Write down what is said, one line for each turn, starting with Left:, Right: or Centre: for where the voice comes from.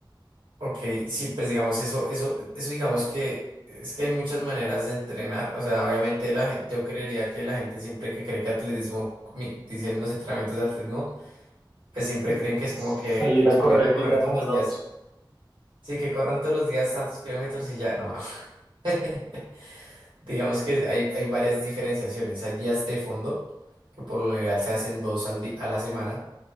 Right: Ok, sí, pues digamos eso, eso, eso digamos que es que hay muchas maneras de entrenar. O sea, obviamente la gente, yo creería que la gente siempre que cree que atletismo, mi- dicen los entrenamientos de atletismo, que siempre
Centre: Es-
Right: creen que es como que,
Centre: Salir
Right: que los
Centre: a
Right: ponen
Centre: correr
Right: a correr
Centre: y ya
Right: todos
Centre: como
Right: los
Centre: locos.
Right: días. Sí, que corran todos los días tantos kilómetros y ya, no. <laughs> Digamos que hay, hay varias diferenciaciones. Hay días de fondo, que por lo general se hacen dos al di- a la semana